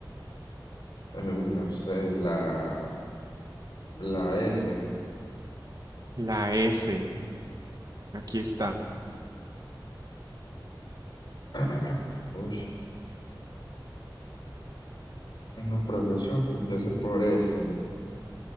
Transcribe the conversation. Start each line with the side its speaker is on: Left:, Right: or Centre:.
Left: eh, uy, no sé. La... La S.
Right: La S, aquí está.
Left: <clears throat> Uy, una profesión que empiece por S.